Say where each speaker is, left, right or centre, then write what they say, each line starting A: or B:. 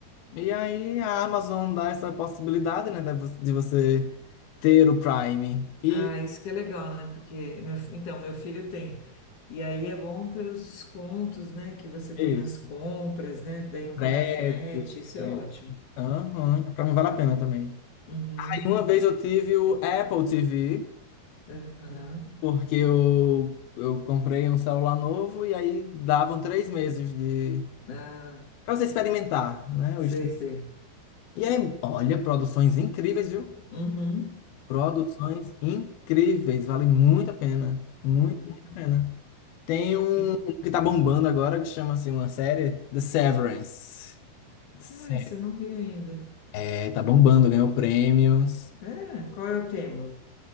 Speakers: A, on the left; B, on the left.
A: E aí a Amazon dá essa possibilidade, né, de de você ter o Prime. E
B: Ah, isso que é legal, né? Porque meu, fi- então meu filho tem. E aí é bom pelos descontos, né, que você
A: é
B: tem
A: isso,
B: nas compras, né? Daí não
A: frete.
B: paga frete, isso é
A: e-
B: ótimo.
A: Aham, pra mim vale a pena também.
B: Uhum.
A: Aí uma vez eu tive o Apple TV.
B: Aham.
A: Porque eu, eu comprei um celular novo e aí davam três meses de
B: Ah,
A: para você experimentar, né?
B: sei,
A: o stream.
B: sei.
A: E aí, olha, produções incríveis, viu?
B: Uhum.
A: Produções incríveis, vale muito a pena, muito,
B: Uhum.
A: muito a pena. Tem um
B: E-
A: que tá bombando agora que chama assim uma série The Severance. Se-
B: Ah, você não viu ainda.
A: É, tá bombando, ganhou prêmios.
B: É, qual é o tema?